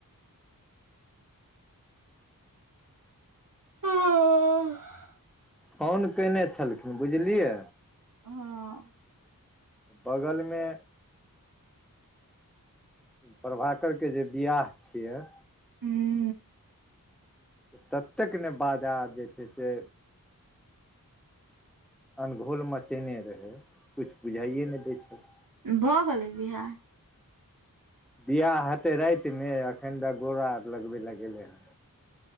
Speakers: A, on the right; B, in the centre.
A: हँ
B: फोन कयने छलखिन बुझलियै
A: हँ
B: बगल मे प्रभाकर के जे बियाह छियै
A: हू
B: ततेक ने बाजा जे छैय से अनघोल मचेने रहै किछु बुझाइए नहि दै छैय।
A: भऽ गेलै बियाह?
B: बियाह हेतै राईत मे एखन त गोर आर लगबे ला गेलय हेँ।